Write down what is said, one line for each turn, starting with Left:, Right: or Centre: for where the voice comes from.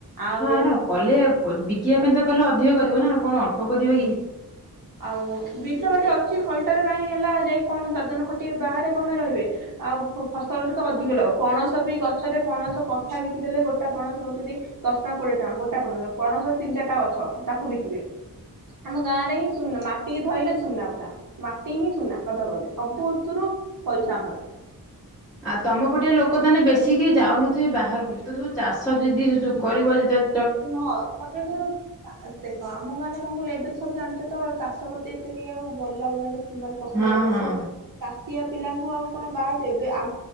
Right: ଆଉ
Centre: ହଁ ର କଲେ ବିକିବା ପାଇଁ ତ କଲେ ଅଧିକ କରିବ ନାଁ। ଆଉ କଣ ଅଳ୍ପ କରିବ
Right: ହୁଁ
Centre: କି?
Right: ଆଉ ବିଲବାଡି ଅ କିଛି ଖଲଟରେ କାହିଁ ହେଲା ଯାଇ କଣ ଦାଦନ ଖଟିବେ। ବାହାରେ କଁ ପାଇଁ ରହିବେ। ଆଉ ଫସଲଟେ ତ ଅଧିକ ଲ ପଣସ ବି ଗଛରେ ପଣସ କଠା ବିକିଦେଲେ ଗୋଟା ପଣସ ନୋଉଛନ୍ତି ଦଶ ଟଙ୍କା, କୋଡିଏ ଟଙ୍କା। ଗୋଟା ପଣସ ପଣସ ତିନି ଚାରିଟା ଗଛ ତାକୁ ବିକିବେ। ଆମ ଗାଁ ରେ ହିଁ ସୁନା ମାଟି ଧଇଲେ ସୁନା ପୁରା ମାଟି ହିଁ ସୁନା କହିବାକୁ ଗଲେ ସବୁଥୁରୁ ପଇସା ଆମର।
Centre: ଆଉ ତମ ପଟିଆ ଲୋକ ତାନେ ବେଶୀ କେହି ଯାଉନ ବାହାର କରୁଛି ତବୁ ଚାଷ ଯଦି କରିବ ଯେଦେ
Right: କିନ୍ତୁ ହଁ ତାପରେ କିନ୍ତୁ ଦେଖ ଆମ ଗାଁରେ କଣ କହିଲେ ଏବେ ତ ସବୁ ଜାଣିଛ ତ ଚାଷ କେତେ ଏତେ କେହି ଆଉ ଭଲ ଲାଗୁନାହାଁନ୍ତି। ମାନେ ପସନ୍ଦ
Centre: ହଁ
Right: କରୁନାହାନ୍ତି।
Centre: ହଁ।
Right: ଚା ଆ ପିଲାଙ୍କୁ ଆଉ କଣ ବାହା ଦେବେ ଆ